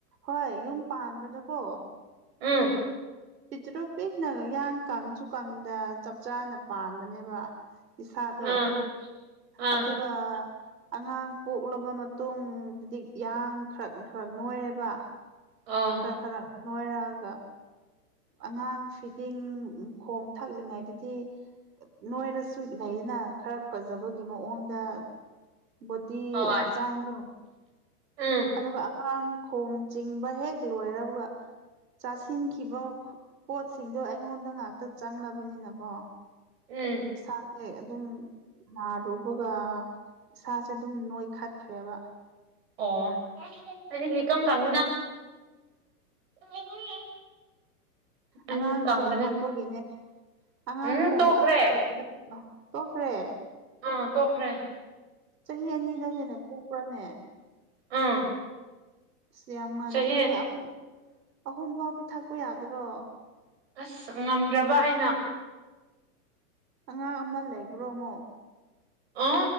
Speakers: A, on the right; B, on the right.
A: ꯍꯣꯏ ꯌꯨꯝ ꯄꯥꯟꯕꯗꯀꯣ
B: ꯎꯝ
A: ꯄꯤꯇ꯭ꯔꯨ ꯄꯤꯛꯅ ꯌꯥꯡ ꯀꯪꯁꯨꯀꯪꯗ ꯆꯞ ꯆꯥꯅ ꯄꯥꯟꯕꯅꯦꯕ꯫ ꯏꯁꯥꯗꯣ
B: ꯑꯥ ꯑꯥ
A: ꯑꯗꯨꯒ ꯑꯉꯥꯡ ꯄꯣꯛꯂꯕ ꯃꯇꯨꯡꯗꯨꯗꯤ ꯌꯥꯡ ꯈ꯭ꯔꯛ ꯈ꯭ꯔꯛ ꯅꯣꯏꯔꯦꯕ꯫
B: ꯑꯣ
A: ꯈꯔ ꯈꯔ ꯅꯣꯏꯔꯛꯑꯒ ꯑꯉꯥꯡ ꯐꯤꯗꯤꯡ ꯈꯣꯝ ꯊꯛꯂꯤꯉꯩꯗꯗꯤ ꯅꯣꯏꯔ ꯁꯨ ꯂꯩꯗꯅ ꯈꯔ ꯐꯖꯕꯒꯤ ꯃꯑꯣꯡꯗ ꯕꯣꯗꯤ
B: ꯍꯣꯏ
A: ꯍꯛꯆꯥꯡꯗꯣ
B: ꯎꯝ
A: ꯑꯗꯨꯒ ꯑꯉꯥꯡ ꯈꯣꯝ ꯆꯤꯡꯕ ꯍꯦꯛ ꯂꯣꯏꯔꯕꯒ ꯆꯥꯁꯤꯟꯈꯤꯕ ꯄꯣꯠꯁꯤꯡꯗꯣ ꯑꯩꯉꯣꯟꯗ ꯉꯥꯛꯇ ꯆꯪꯂꯕꯅꯤꯅꯀꯣ
B: ꯎꯝ
A: ꯏꯁꯥꯁꯦ ꯑꯗꯨꯝ ꯅꯥꯔꯨꯕꯒ ꯏꯁꯥꯁꯦ ꯑꯗꯨꯝ ꯅꯣꯏꯈꯠꯈ꯭ꯔꯦꯕ
B: ꯑꯣ ꯑꯩꯗꯤ ꯏꯀꯪ ꯀꯪꯏꯗ꯫ <unintelligible> ꯑꯩꯗꯤ
A: ꯑꯉꯥꯡ
B: ꯀꯪꯕꯅꯦ
A: ꯈꯣꯝ ꯊꯥꯛꯄꯒꯤꯅꯦ ꯑꯉꯥꯡ
B: ꯎꯝ
A: ꯈꯣꯝ
B: ꯇꯣꯛꯈ꯭ꯔꯦ
A: ꯊꯥꯛꯄꯗ ꯑ ꯇꯣꯛꯈ꯭ꯔꯦ
B: ꯑꯥ ꯇꯣꯛꯈ꯭ꯔꯦ
A: ꯆꯍꯤ ꯑꯅꯤꯗ ꯍꯦꯟꯅ ꯄꯨ ꯄ꯭ꯔꯅꯦ
B: ꯎꯝ
A: ꯑꯁ ꯌꯥꯝ ꯉꯜꯂꯤꯍꯦ
B: ꯆꯍꯤ
A: ꯑꯍꯨꯝ ꯑꯍꯨꯝ ꯐꯥꯎ ꯄꯤ ꯊꯛꯄ ꯌꯥꯗ꯭ꯔꯣ?
B: ꯑꯁ ꯉꯝꯗ꯭ꯔꯕ ꯑꯩꯅ
A: ꯑꯉꯥꯡ ꯑꯃ ꯂꯩꯕ꯭ꯔꯣꯃꯨꯛ?
B: ꯑ